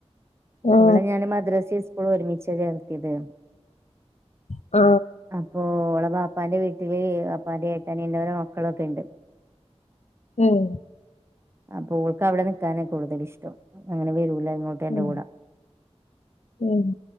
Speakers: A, on the left; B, on the right.
A: ആ
B: ഇവിടെ ഞാന് മദ്രാസേം സ്കൂളും ഒരുമിച്ചാ ചേർത്തിയത്.
A: ആ
B: അപ്പൊ ഓൾടെ വാപ്പാൻ്റെ വീട്ടില് അപ്പാന്റെ ഏട്ടൻ എന്റെ ഓരോമക്കളൊക്കെ ഉണ്ട്.
A: ഉം
B: അപ്പൊ ഓൾക്ക് അവിടെ നിക്കാനാ കൂടുതല് ഇഷ്ടം. അങ്ങനെ വരൂല ഇങ്ങോട്ട് എൻ്റെ
A: ഉം
B: കൂടെ.
A: ഉം